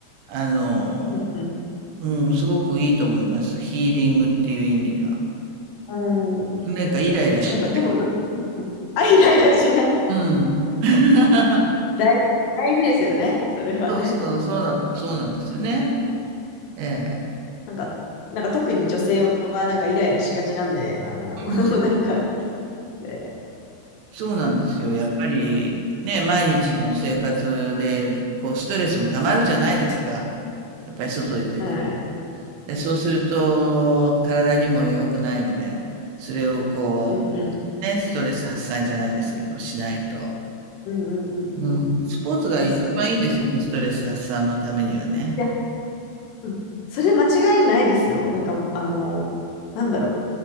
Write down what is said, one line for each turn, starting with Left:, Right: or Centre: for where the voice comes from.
Right: あの
Left: うん、うん。
Right: うん、すごくいいと思います。ヒーリングっていう意味では。
Left: うん。
Right: なんかイライラしない。
Left: そっか、なんか、でも、どあ、イライラしない。<laughs>
Right: うん。<laughs>
Left: 大、大事ですよね。それはね。
Right: そうそう、そうな、そうなんですよね。
Left: あ
Right: ええ。
Left: なんか、なんか特に女性はなんかイライラしがちなんで、あの、
Right: うん
Left: <laughs> なんか、で、
Right: そうなんですよ。やっぱりね、毎日の生活で、こう、ストレスもたまるじゃないですか。やっぱり外で出て。
Left: はい。
Right: で、そうすると、体にも良くないので、それをこ
Left: うんうん
Right: う、ね、ストレス発散じゃないですけど、しないと。
Left: うんうんうんうんうん。
Right: うん。
Left: い
Right: スポーツが一番いいですよね、
Left: や、そうですね。
Right: ストレス発散のためにはね。
Left: いや、うん。それ間違いないですよ。なんか、あの、なんだろ